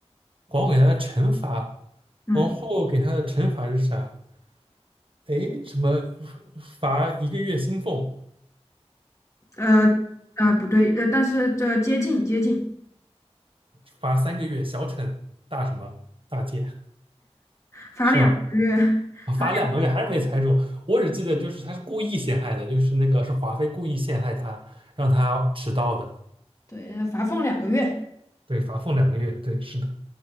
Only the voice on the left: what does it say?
嗯，
呃呃，不对，呃，但是这接近接近，
罚两个月。
<laughs>
罚。
对，罚俸两个月。